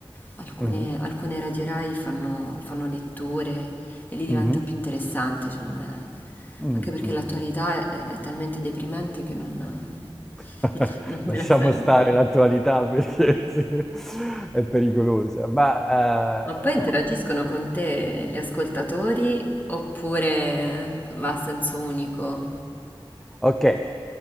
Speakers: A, on the left; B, in the centre.
A: alcune,
B: Mhm.
A: alcune radio Rai fanno, fanno letture e lì diventa
B: Mhm.
A: più interessante, cioè non è-
B: Mm,
A: anche perché
B: mm,
A: l'attualità
B: mm.
A: è, è talmente deprimente che non,
B: <laughs>
A: <laughs> non me
B: Lasciamo
A: la sento.
B: stare l'attualità perché <laughs> sì, è pericolosa. Ma
A: Ma poi interagiscono
B: eh, qu-
A: con te gli ascoltatori oppure va a senso unico?
B: ok, eh,